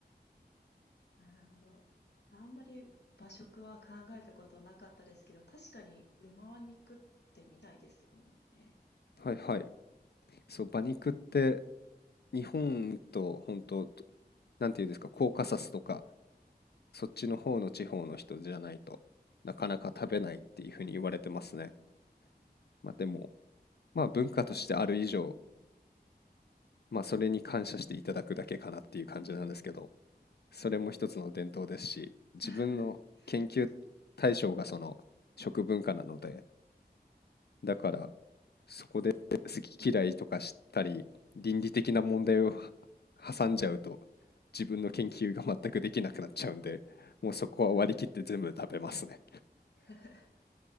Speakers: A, on the left; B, on the left.
A: なるほど。あんまり和食は考えたことなかったですけど、確かに馬肉って見ないですもんね。
B: はいはい。そう、馬肉って日本と本当、なんていうんですか、コーカサスとかそっちの方の地方の人じゃないとなかなか食べないっていうふうに言われてますね。
A: うん、うん、
B: まあでも、まあ文化としてある以上、
A: なんでうん。
B: まあそれに感謝していただくだけかなっていう感じなんですけど、それも一つの伝統ですし、自分の研究対象がその食文化なので、
A: <laughs> うん、
B: だからそこで好き嫌いとかしたり、
A: うん。
B: 倫理的な問題を挟んじゃうと、自分の研究が全くできなくなっちゃうんで、もうそこは割り切って全部食べますね。
A: <laughs>